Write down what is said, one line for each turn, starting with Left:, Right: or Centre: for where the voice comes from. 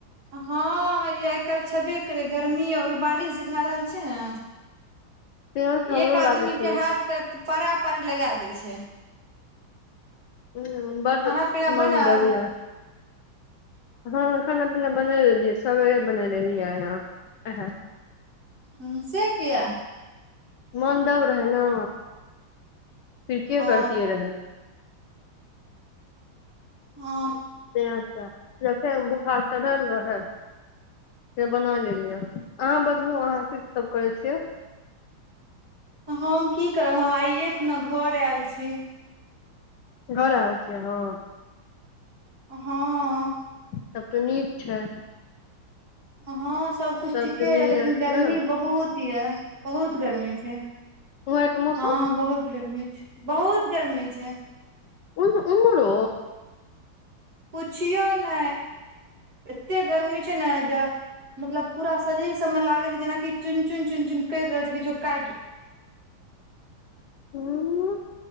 Right: हँ ई आइ काल्हि छेबे करै गर्मी आओर बारिश जे भए रहल छै ने
Left: त हमरो
Right: एक
Left: लागैत
Right: आदमी
Left: छलै
Right: के हे त तऽ पारा पारी लगेए दै छै
Left: ह बड
Right: खाना पीना
Left: मनदबया
Right: बनल
Left: हँ खाना पीना बनय लेलियै सवेरे बनय लेलियैहाँ उएह
Right: हुँ से किया
Left: मनदब रहै न फिर के
Right: ओ
Left: करतिये रहै
Right: ओ
Left: तैं जते बुखार चढ़ल रहल से बना लेलियै अहाँ बतबू अहाँ कीसभ करै छियै
Right: हम की करब हम आइए खुना घर आयल छी
Left: घर आइल छियै अहाँ
Right: हँ
Left: सभ तऽ नीक छै
Right: हँ सब कुछ
Left: सबसँ
Right: ठीके
Left: मिल
Right: यऽ लेकिन
Left: जायत
Right: गर्मी
Left: ने
Right: बहुत ये बहुत गर्मी छै
Left: उम्हर आरके मौसम
Right: हँ बहुत गर्मी छै बहुत गर्मी छै
Left: उन उमरो
Right: पुछियौ ने एते गर्मी छै न ज मतलब पूरा शरीर सभमे लागै छै जेनाकि चुनि चुनि चुनि चुन करि रहल छै किछो काटि रहल आ
Left: उम्म